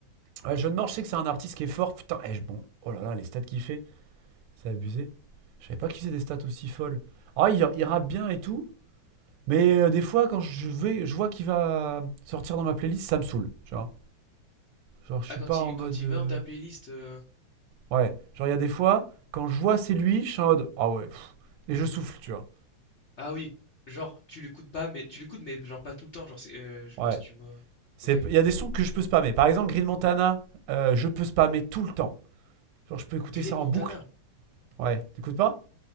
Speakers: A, on the right (about 85°); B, on the left (about 85°).
A: Ouais, John Morge, je sais que c'est un artiste qui est fort. Putain, eh, je- bon, oh là là, les stats qu'il fait, c'est abusé. Je savais pas qu'il faisait des stats aussi folles. Ah, il, il rappe bien et tout, mais euh, des fois, quand je vais, je vois qu'il va sortir dans ma playlist, ça me saoule, tu vois. Genre, je
B: Ah
A: suis
B: quand
A: pas
B: il
A: en mode.
B: quand il
A: euh,
B: va dans ta playlist. euh,
A: Ouais, genre, il y a des fois, quand je vois c'est lui, je suis en mode. Ah ouais, pff. et je souffle, tu vois.
B: Ah oui, genre tu l'écoutes pas, mais tu l'écoutes mais genre pas tout le temps. Genre c'est, euh, je sais
A: Ouais.
B: pas si tu vois.
A: C'est-
B: Ok.
A: Il y a des sons que je peux spammer. Par exemple, Green Montana, euh, je peux spammer tout le temps. Genre, je peux écouter
B: Green
A: ça
B: Montana.
A: en boucle. Ouais, t'écoutes pas